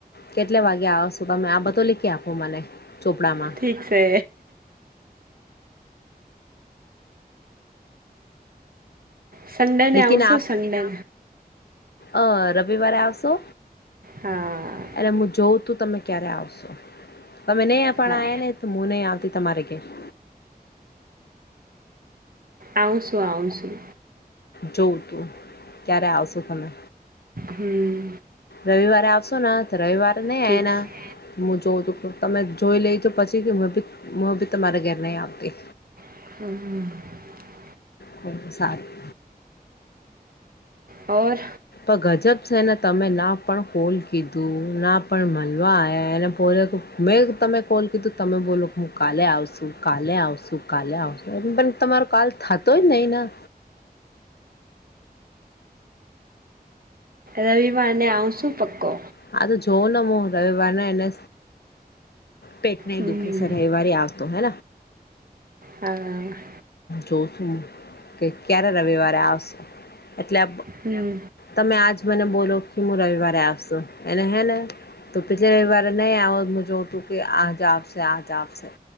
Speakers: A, on the left (about 80°); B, on the right (about 65°).
A: કેટલે વાગે આવ છો તમે આ બધો લીખી આપો મને? ચોપડામાં
B: ઠીક છે. સંડે ને
A: લેકિન
B: આવશું
A: આપ
B: સંડને.
A: અ રવિવારે આવશો?
B: હા
A: એલે હું જોઉં તું તમે ક્યારે આવશો? તમે નહી પણ
B: હા
A: આ્યા ને તો મુ નહી આવતી તમારે ઘરે. <inaudible>
B: આવઉ છું આવ છું.
A: જોવું તું ક્યારે આવશો તમે?
B: હમ.
A: રવિવારે આવશો તો રવિવારે નહી
B: ઠીક
A: આવેના-
B: છે.
A: - જો તમે જોઈ લઈ તો પછી કે હું બી તમારે ઘર નહી આવતી.
B: હમ હ
A: કો સારું
B: ઓર
A: તો ગજબ છે ને તમે ના પણ કોલ કીધું ના પણ મળવા આવયા એને પોતે મેં તમે કોલ કીધું તમે બોલો કે હું કાલે આવશું કાલે આવશું કાલે આવશું પરો કાલ થતો જ નહી ના
B: રવિવાર ને આવશું પક્કો
A: હા તો જોઉં ને હું રવિવારને એને પેટ નહ
B: હમ
A: દુખે સર રવિવારે આવતો હે
B: હા
A: જો શું કે ક્યારે રવિવારે આવશે એટલે
B: હમ
A: તમે આજ મને બોલો કે હું રવિવારે આવશું એને હે ને તો પિછ વા નહી આ મુજ તું કે આજ આવશે આજ આવશે